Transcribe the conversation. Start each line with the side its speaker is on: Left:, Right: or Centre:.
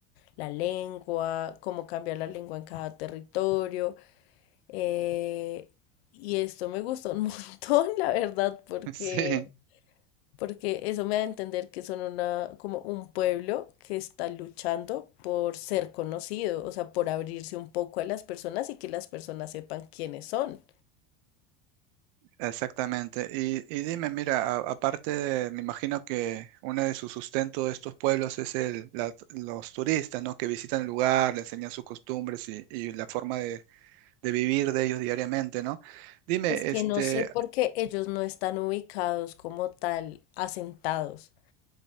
Left: la lengua, cómo cambia la lengua en cada territorio. eh, y esto me gustó un <laughs> montón, la verdad, porque
Right: <laughs> Sí.
Left: porque eso me da a entender que son una, como un pueblo que está luchando por ser conocido, o sea, por abrirse un poco a las personas y que las personas sepan quiénes son.
Right: Exactamente. Y, y dime, mira, a- aparte de, me imagino que uno de sus sustentos de estos pueblos es el, la- los turistas, ¿no? Que visitan el lugar, le enseñan sus costumbres y, y la forma de, de vivir de ellos diariamente, ¿no? Dime,
Left: Es que
Right: este,
Left: no sé por qué ellos no están ubicados como tal, asentados.